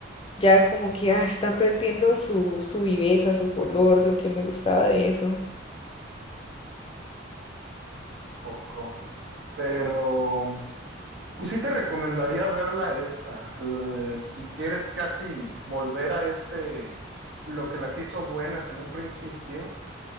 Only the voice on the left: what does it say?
ya como que ah, están perdiendo su, su viveza, su color, lo que me gustaba de eso.